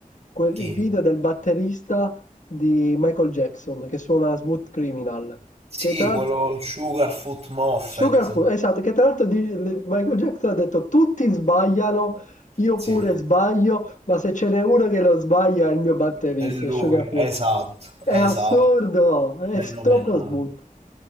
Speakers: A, on the left; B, on the right.
A: Quel,
B: Chi?
A: il video del batterista di Michael Jackson che suona Smooth Criminal.
B: Sì,
A: Che tra l'altro...
B: quello Sugarfoot Moffat.
A: Sugarfoot, esatto, che tra l'altro di- le- Michael Jackson ha detto tutti sbagliano, io
B: Sì,
A: pure sbaglio, ma se ce n'è uno che lo sbaglia è il mio batterista,
B: è lui,
A: è Sugarfoot.
B: esatto,
A: È
B: esatto,
A: assurdo, è
B: fenomenale,
A: s- troppo smooth.